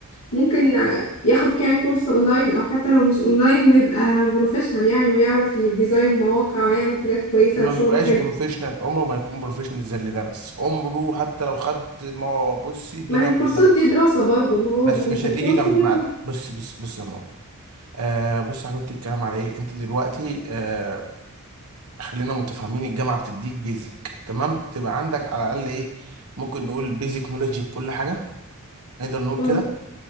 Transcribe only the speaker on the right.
ما
بيبقاش
بروفيشنال عمره ما يكون بروفيشنال زي اللي درس عمره حتى لو خد ما بصي الدنيا
كلها
بس
مش
هتيجي
جنب
مع بص بص بص يا ماما آه بص يا حبيبتي الكلام على ايه انت دلوقتي آه خلينا متفاهمين الجامعه بتديك بيزك تمام تبقى عندك على الاقل ايه ممكن نقول بيزك نولوجي بكل حاجه نقدر نقول
كده